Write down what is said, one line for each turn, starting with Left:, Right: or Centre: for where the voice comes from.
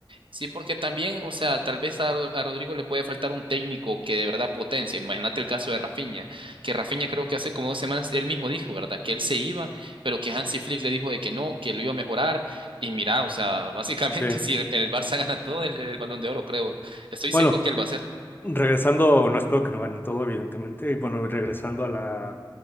Right: Sí, porque también, o sea, tal vez a, Ro- a Rodrigo le puede faltar un técnico que de verdad potencie. Imagínate el caso de Rafinha, que Rafinha creo que hace como dos semanas él mismo dijo, ¿verdad? Que él se iba, pero que Hansi Flick le dijo de que no, que lo iba a mejorar. Y mira, o sea, básicamente
Left: Sí.
Right: <laughs> si el, el Barça gana todo el, el Balón de Oro, creo. Estoy
Left: Bueno,
Right: seguro que él va a ser.
Left: Regresando, no espero que no ganen todo, evidentemente, y bueno, regresando a la